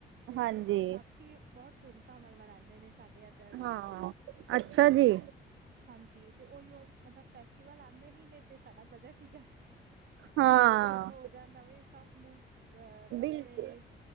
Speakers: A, on the right; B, on the right.
A: ਤੇ
B: ਹਾਂਜੀ
A: ਵੈਸਾ ਕੀ ਬੋਤ ਧੂਮ ਧਾਮ ਨਾਲ ਮਨਾਂਦੇ ਨੇ ਸਾਡੇ ਐਦਰ,
B: ਹਾਂ ਅੱਛਾ
A: ਤੇ
B: ਜੀ
A: ਹਾਂਜੀ ਤੇ ਓਈਓ ਮਤਲਬ ਫੈਸਟੀਵਲ ਆਂਦੇ ਨੀ ਨੇ ਤੇ ਸਾਡਾ ਬਜਟ ਟਿਗ
B: ਹਾਂ
A: ਹੋ ਜਾਂਦਾ ਬਈ ਸਭ ਨੂੰ ਅਹ ਕੱਪੜੇ
B: ਬਿਲਕੁਲ